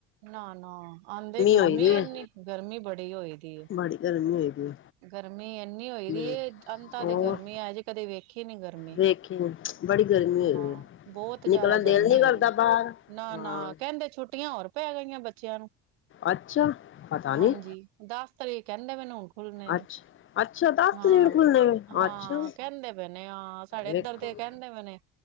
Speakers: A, on the right; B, on the left.
A: ਨਾ-ਨਾ ਆਉਂਦੇ ਗਰਮੀ
B: ਹੋਈ ਦੀ ਹੈ
A: ਇਨੀ ਗਰਮੀ ਬੜੀ ਹੋ ਦੀ।।
B: ਬੜੀ ਗਰਮੀ ਹੋਈ ਦੀ
A: ਗਰਮੀ ਇੰਨੀ ਹੋਈ ਦੀ
B: ਹੈ
A: ਅੰਤਾ
B: ਹੋਰ
A: ਦੀ ਗਰਮੀ ਆਜ ਕਦੇ ਵੇਖੀ ਨੀ ਗਰਮੀ।
B: ਵੇਖੀ ਬੜੀ ਗਰਮੀ ਹੋਈ
A: ਹਾਂ
B: ਦੀ ਹੈ
A: ਬਹੁਤ ਜ਼ਿਆਦਾ
B: ਨਿਕਲਣ ਦਿਲ
A: ਗਰਮੀ
B: ਨੀ
A: ਹੋਈ
B: ਕਰਦਾ ਬਾਹਰ
A: ਨਾ-ਨਾ
B: ਹਾਂ
A: ਕਹਿੰਦੇ। ਛੁੱਟੀ ਛੁੱਟੀਆਂ ਹੋਰ ਪੈ ਗਈਆਂ ਬੱਚਿਆਂ ਨੂੰ।
B: ਅੱਛਾ ਪਤਾ
A: ਹਾਂਜੀ
B: ਨੀ
A: ਦੱਸ ਤਰੀਕ ਕਹਿੰਦੇ ਮੈਨੂੰ ਖੁੱਲਣੇ ਨੇ
B: ਅੱਛਾ ਅੱਛਾ ਦਸ
A: ਹਾਂ
B: ਤਰੀਕ ਨੂੰ ਖੁੱਲਣੇ ਨੇ
A: ਹਾਂ
B: ਅੱਛਾ
A: ਕਹਿੰਦੇ ਮੈਨੂੰ ਣੇ ਹਾਂ ਸਾਡੇ
B: ਵੇਖੋ
A: ਇੱਧਰ ਦੇ ਕਹਿੰਦੇ ਮ ਨੇ